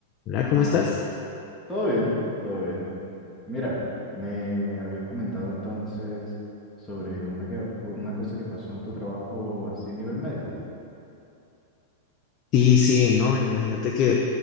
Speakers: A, on the left; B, in the centre.
A: Hola,
B: Ah,
A: ¿cómo estás?
B: todo bien, todo bien. Mira, me habías comentado entonces sobre una, que- una cosa que pasó en tu trabajo así a nivel médico.
A: Sí, sí, no, imagínate que,